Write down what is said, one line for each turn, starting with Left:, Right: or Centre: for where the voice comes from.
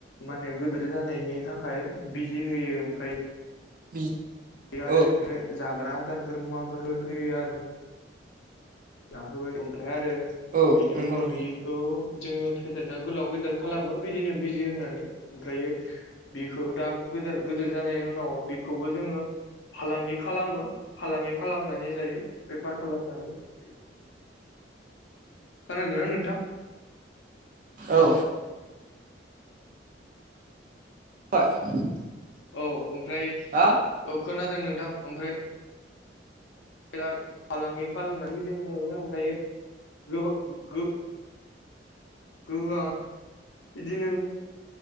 Left: माने गिदोर जानायनि थाखाय बिजि होयो ओमफ्राय
Right: बि
Left: बे आरो
Right: औ
Left: बे जाग्रा आदारफोर मुवाफोर होयो आरो नाहोबाय ओमफ्राय आरो
Right: औ
Left: बिनि
Right: नंगौ
Left: उनाव
Right: नंगौ
Left: बिखौ जोङो फेदेरना गोलाव गेदेर खालामो बिदिनो बिजि होनानै ओमफ्रायो बिखौ दा गोदोर गोदोर जानायनि उनाव बिखौबो जोङो फालांगि खालामो फालांगि खालामनानै जायो बेफार खालामनानै खोनादोना नोंथां
Right: औ <unintelligible>
Left: औ ओमफ्राय
Right: हा
Left: खोनादों नोंथां ओमफ्राय दा फालांगि खालामालना बिदि मोनो ओमफ्रायो <unintelligible> बिदिनो